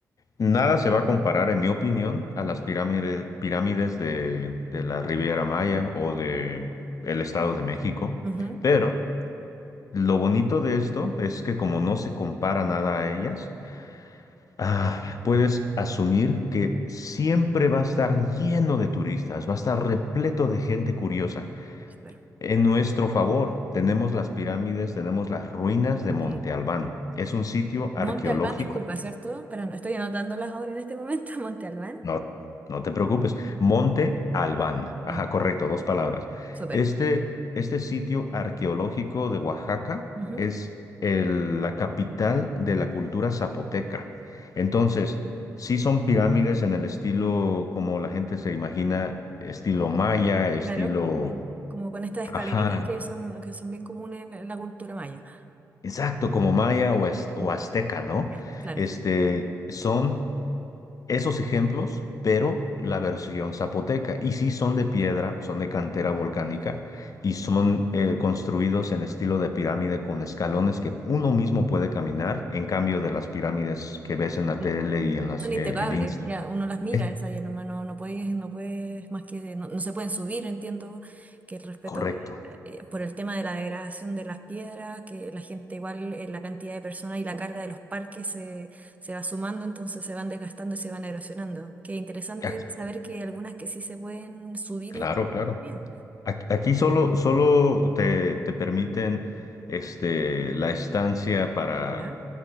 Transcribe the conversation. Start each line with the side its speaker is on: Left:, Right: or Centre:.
Left: Nada se va a comparar, en mi opinión, a las pirámides, pirámides de, de la Riviera Maya o de el Estado de México.
Right: Ujú.
Left: Pero lo bonito de esto es que como no se compara nada a ellas, Ah, puedes asumir que siempre va a estar lleno de turistas, va a estar repleto de gente curiosa.
Right: Súper.
Left: En nuestro favor, tenemos las pirámides, tenemos las ruinas de Monte
Right: Sí.
Left: Albán. Es un sitio arqueológico
Right: Monte Albán, disculpa, ¿cierto? Pero no, estoy anotándolas ahora en este momento. <laughs> Monte Albán.
Left: No, no te preocupes. Monte Albán. Ajá,
Right: Mon-
Left: correcto, dos palabras.
Right: Súper.
Left: Este, este sitio arqueológico de Oaxaca
Right: Ujú,
Left: es el- la capital de la cultura zapoteca. Entonces, sí son pirámides en el estilo como la gente se imagina, estilo maya, estilo...
Right: Claro. Mm. Como con estas
Left: Ajá,
Right: escaleritas que son, que son bien comunes en la cultura maya.
Left: exacto, como maya o, az-
Right: Mm.
Left: o azteca, ¿no?
Right: Ya, claro.
Left: Este, son esos ejemplos, pero la versión zapoteca. Y sí son de piedra, son de cantera volcánica
Right: Sí,
Left: y son eh, construidos en estilo de pirámide con escalones que uno mismo puede caminar, en cambio de las pirámides que ves en la
Right: sí.
Left: tele y en las
Right: Son
Left: eh,
Right: impecables,
Left: en Instagram.
Right: ya, uno las mira,
Left: Es
Right: esas ya nomás no, no puedes, no puedes, más que, no, no se pueden subir, entiendo que el respeto
Left: correcto.
Right: eh, eh, por el tema de la degradación de las piedras, que la gente igual, eh, la cantidad de personas y la carga de los parques se, se va sumando, entonces se van desgastando y se van erosionando. Qué interesante
Left: Aquí-
Right: saber que hay algunas que sí se pueden subir
Left: claro,
Right: y escalar
Left: claro.
Right: todavía.
Left: Ac- Aquí solo, solo te, te permiten este, la estancia para,
Right: ¿Ya?